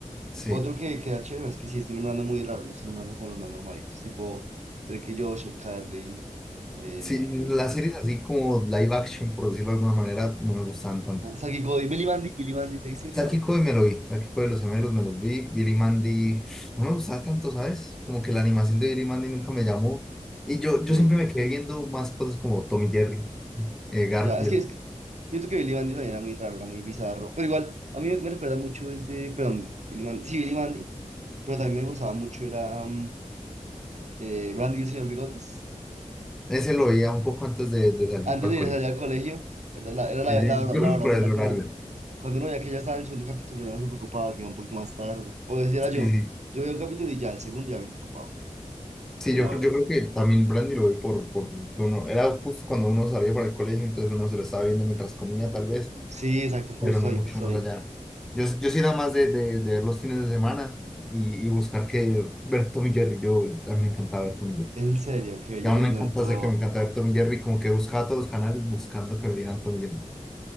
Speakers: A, in the centre; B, on the right.
A: Sí.
B: Otro que, que era chévere es que sí, estoy nombrando muy raro, no estoy nombrando como los más normalitos, tipo Drake y Josh, el Carly. eh,
A: Sí, las series así como live action, por decirlo de alguna manera, no me gustaban tanto.
B: Saki Cody, Billy Mandy, Billy Mandy, te dice Billy
A: Sáquico
B: Mandy.
A: de me lo vi, Sáquico de los gemelos me los vi, Billy Mandy no me gustaba tanto, ¿sabes? Como que la animación de Billy Mandy nunca me llamó. Y yo,
B: Ok,
A: yo siempre me quedé viendo más cosas como Tom y Jerry, eh, Garfield.
B: ya, es que, es que siento que Billy Mandy también era muy raro, era muy bizarro. Pero igual, a mí me, me recuerda mucho este, perdón, Billy Mandy, sí, Billy Mandy, pero también me gustaba mucho era mm, eh, Brandy y el señor Bigotes.
A: Ese lo oía un poco antes de, de salir
B: Antes
A: para
B: de
A: el
B: ir
A: colegio.
B: a salir al colegio, era la, era la,
A: Sí, sí,
B: la, hora,
A: Yo
B: la
A: creo
B: hora,
A: que por
B: ¿no?
A: el
B: Era como
A: horario.
B: cuando uno veía que ya estaba en el segundo capítulo, ya no se preocupaba, que iba un poquito más tarde. O decía yo,
A: Sí, sí.
B: yo veía un capítulo y ya, el segundo ya me preocupaba
A: Sí,
B: de
A: yo,
B: la
A: creo-
B: hora.
A: yo creo que también Brandy lo vi por, por uno. Era justo cuando uno salía para el colegio, entonces uno se lo estaba viendo mientras comía, tal vez,
B: Sí, exacto, justo
A: pero no
B: ahí,
A: mucho
B: justo
A: más
B: ahí.
A: allá. Yo, yo sí era más de, de, de ver los fines de semana y, y buscar que ver Tom y Jerry. Yo a mí me encantaba ver Tom y Jerry.
B: En serio, que
A: Y
B: yo
A: aún
B: no vi
A: me encanta,
B: tanto.
A: sé que me encanta ver Tom y Jerry, como que buscaba todos los canales buscando que me dieran Tom y Jerry.